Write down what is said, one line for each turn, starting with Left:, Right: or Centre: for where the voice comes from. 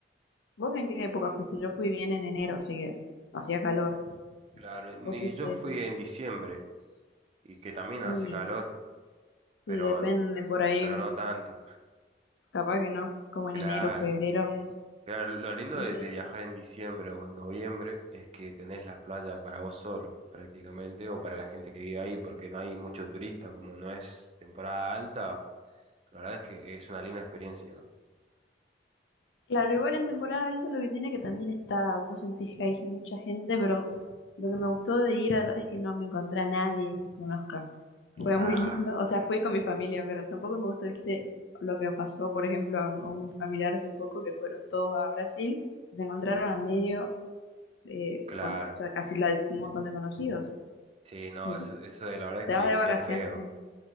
Left: ¿Vos en qué época fuiste? Yo fui bien en enero, así que hacía calor.
Right: Claro, y
Left: Vos fuiste
Right: yo fui en diciembre y que también
Left: y
Right: hace calor, pero,
Left: sí, depende por ahí,
Right: pero no tanto.
Left: capaz que no, como en
Right: Claro.
Left: enero, febrero.
Right: Claro, lo lindo
Left: Sí.
Right: de,
Left: sí.
Right: de viajar en diciembre o en noviembre es que tenés la playa para vos solo, prácticamente, o para la gente que vive ahí, porque no hay mucho turista, como no es temporada alta, la verdad es que es una linda experiencia.
Left: Claro, igual en temporada alta lo que tiene que también está, vos sentís que hay mucha gente, pero lo que me gustó de ir allá es que no me encontré a nadie que conozca. Fue
Right: Claro,
Left: muy lindo, o sea, fui con mi familia, pero tampoco me gustó, viste, lo que pasó, por ejemplo, a a un familiar hace poco que fueron todos a Brasil, se encontraron a medio, eh,
Right: claro.
Left: con, o sea, casi la- un montón de conocidos.
Right: Sí, no,
Left: Eh,
Right: eso, eso de la verdad
Left: te
Right: que,
Left: vas de vacaciones,
Right: que es feo.
Left: sí.